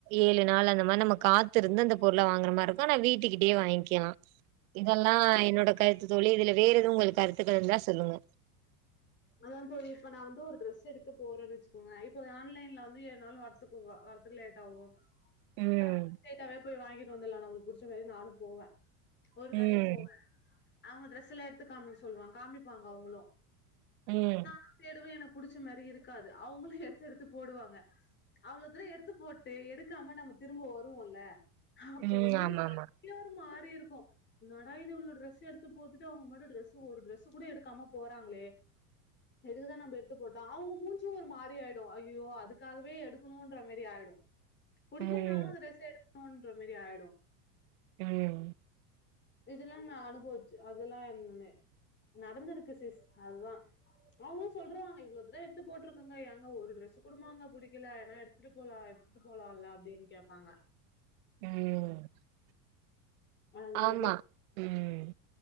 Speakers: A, on the right; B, on the left.
A: ஏழு நாள் அந்த மாரி நம்ம காத் துருந்து அந்த பொருள வாங்கற மாரிருக்கு ஆனா வீட்டுக்கிட்டயே வாங்க்கிலா இதெல்லா என்னோட கருத்து தோழி இதுல வேற எதுவு உங்களுக்கு கருத்துக்கள் இருந்தா சொல்லுங்க
B: அதா தோழி இப்ப நா வந்து ஒரு ட்ரெஸ் எடுக்க போறன்னு வெச்சுக்கோங்க இப்போ ஆன்லைன்ல வந்து எதுனாலு வரத்துக்கு வரதுக்கு லேட் ஆகு
A: ம்.
B: இப்ப நாம ஸ்ட்ரய்ட்டாவே போய் வாங்கி ட்டு வந்தலா நம்மளுக்கு புடிச்ச மாரி நானு போவ ஒரு
A: ம்.
B: கடைக்கு போவே அவங்க ட்ரெஸல்லா எடுத்து காமிக்க சொல்லுவாங்க காமிப்பாங்க அவுங்களு
A: ம்.
B: நா தேடுவே எனக் புடிச்ச மாரி இருக்காது அவுங்களு எடுத்து எடுத்து போடுவாங்க அவ்ள தூர எடுத்து போட்டு எடுக்காம நம்ம திரும்ப வருவோல அப்ப
A: ம்.
B: வந்து
A: ஆமாமா.
B: நமக்கே ஒரு மாரி இருக்கு என்னாடா இது இவ்ள ட்ரெஸ் எடுத்து போத்துட்டு அவங்க பாட்டுக் ட்ரெஸு ஒரு ட்ரெஸ்ஸு கூட எடுக்காம போறாங்களே எதுக்குதா நம்ம எடுத்து போட்டோ அவுங்க மூஞ்சு ஒரு மாறி ஆயிடு ஐய்யோ அதுக்காகவே எடுக்கணுன்ற மாரி ஆயிடு புடிக்கலனாலு
A: ம்.
B: அந்த ட்ரெஸ் எடு ன்ற மாரி ஆயிடு
A: ம்
B: இதெல்லா நா அனுபவிச்சு அதெல்லா என்னென்னு நடந்திருக்கு சிஸ் அதுதா அவுங்ளு சொல்றாங்க இவ்ளோ தடவ எடுத்து போட்டுருக்கேங்க ஏங்க ஒரு ட்ரெஸ்ஸு கூட வாங்க புடிக்கல ஏன்னா எடுத்துட்டு போலா எடுத்துட்டு போலால்ல அப்டின்னு கேப்பாங்க
A: ம்
B: அதுதா
A: ஆமா
B: சிஸ்
A: ம்